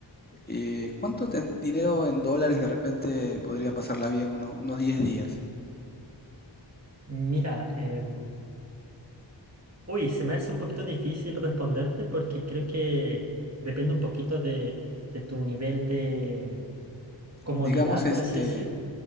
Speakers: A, on the left; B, on the right.
A: eh, ¿cuánto ten- dinero en dólares de repente podría pasarla bien uno- unos 10 días?
B: Mira, em, uy, se me hace un poquito difícil responderte porque creo que depende un poquito de, de tu nivel de comodidad,
A: Digamos, este,
B: por así decir.